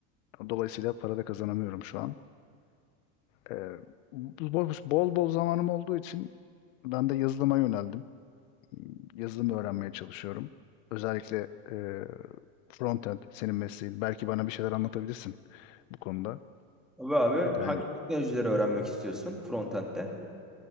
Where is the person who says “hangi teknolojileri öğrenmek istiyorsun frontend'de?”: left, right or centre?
Centre